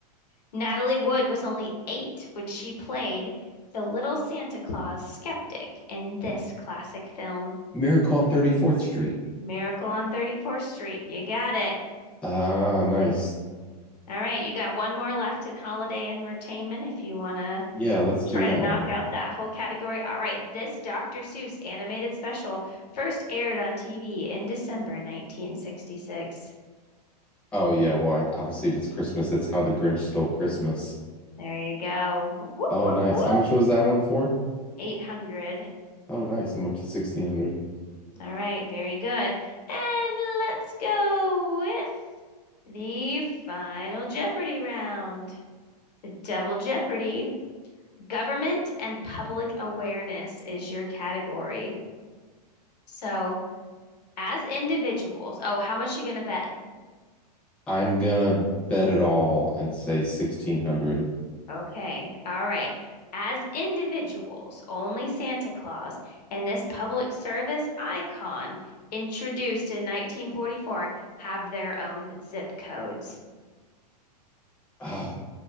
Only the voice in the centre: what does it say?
Miracle on 34th Street.
Ah, nice.
Yeah, let's do
that
one.
Oh, yeah. Well, I, obviously, if it's Christmas, it's How the Grinch Stole Christmas.
Oh,
nice.
How much was that one for?
Oh, nice. I'm up to 1600.
I'm gonna bet it all and say 1600.
Ah,